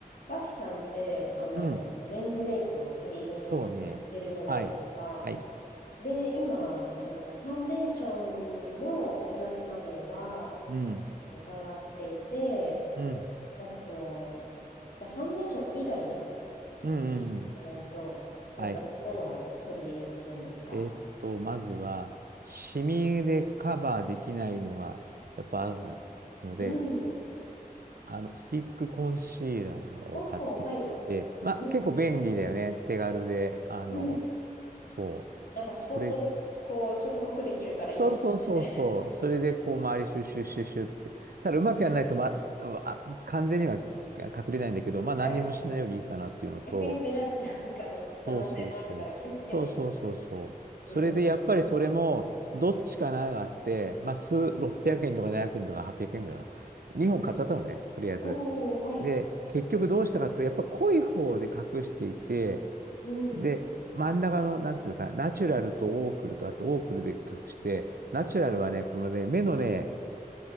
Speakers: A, on the left (about 75°); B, on the right (about 75°).
A: 脇さんって、あの、
B: うん。
A: メンズメイクを取り入れてるじゃないですか。
B: そうね。はい。はい。
A: で、今、あの、ファンデーションのお話までは
B: うん。
A: 伺っていて、
B: うん。
A: なんかその、じゃあファンデーション以外の
B: うんうんうん。
A: メイクってなると、なんか、
B: はい。
A: どんなのを取り入れてるんですか
B: えーっと、まずは、シミでカバーできないのが、やっぱあるので、
A: うん。
B: あの、スティックコンシーラーを買ってきて、
A: おー、はい。
B: まあ、
A: うん、
B: 結構便利だよね。手軽で。あの、
A: うん。
B: そう。
A: なんかスポットで、
B: それ、
A: こう、ちょっと濃くできるからいいですね。
B: そうそうそうそう。それで、こう、周りシュッシュッシュッシュッって。ただ、うまくやらないと、ま、あ、完全には隠れないんだけど、
A: <laughs>
B: まあ、
A: わかります。
B: 何にもしないよりいいかなっていうのと、
A: 逆に目立っちゃうかの可能性もあるから気をつけないと。
B: そうそうそう。そうそうそうそう。それでやっぱりそれも、
A: うん。
B: どっちかながあって、まあ、数、600円とか700円とか800円ぐらいかな。2本買っちゃったのね、とりあえず。
A: おお、はい。
B: で、結局どうしたかっていうと、やっぱ濃い方で隠していて、
A: うん。
B: で、真ん中の、なんていうか、ナチュラルとオークルと、あとオークルで隠して、ナチュラルはね、このね、目のね、